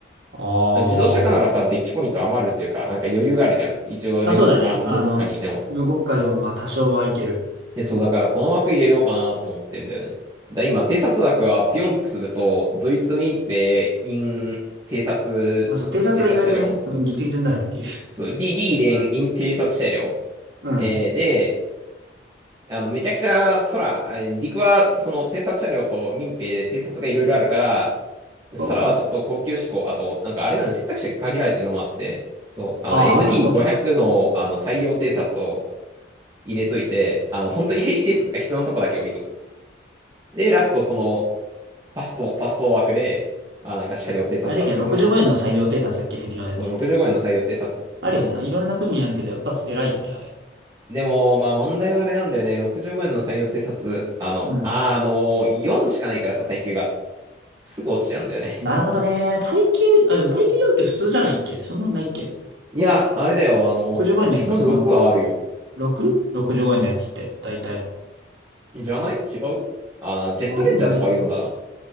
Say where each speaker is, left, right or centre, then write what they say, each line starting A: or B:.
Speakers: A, on the right; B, on the right.
A: あ
B: 自動車化ならさ、デッキポイント余るっていうか、なんか余裕があるじゃん。一応連、
A: あ。あ、そうだね。
B: あの、
A: あの、
B: 無国家にしても。
A: 無国家でもまあ多少はいける。
B: え、そう、だからこの枠入れようかなと思ってんだよね。だ、今、偵察枠はピョンプスブとドイツ民兵 in 偵察、
A: まあそう、偵察は意外とね、
B: 偵察車両
A: そのギチギチになるっていう。
B: そう、リ、リーレン in 偵察車両。
A: <laughs> うん。
B: えーで、あの、めちゃくちゃ空、えー陸はその偵察車両と民兵で偵察がいろいろあるから、
A: そう
B: 空はちょっと高級志向、あと、なんかあれなの選択肢が限られてるのもあって、そう、
A: ああー、
B: あの、MD500
A: まあそうね。
B: のあの、最良偵察を入れといて、あの、本当にヘリ偵察が必要なとこだけ置いとく。で、ラストその、パスト、パスト枠で、まあなんか車両偵察枠って感じかな。
A: あれだっけ、65円の裁量偵察だっけ、ヘリのやつって。
B: そう、65円の採用偵察。
A: あるよね。いろんな国にあるけど、やっぱ偉いよね、あれ。
B: でも、まあ問題はあれなんだよね。65円の採用偵察、あの、
A: うん。
B: あ、の4しかないからさ、耐久が。すぐ落ちちゃうんだよね。
A: なるほどね。耐久、あ、でも耐久4って普通じゃないっけそんなんないっけ
B: いや、あれだよ、あの、
A: ?65 円のやつはそんなもん。
B: 基本6はあるよ。
A: 6?65 円のやつって、だいたい。
B: じゃない違うあ、ジェットレンジャーとかは4だな。
A: あんまり。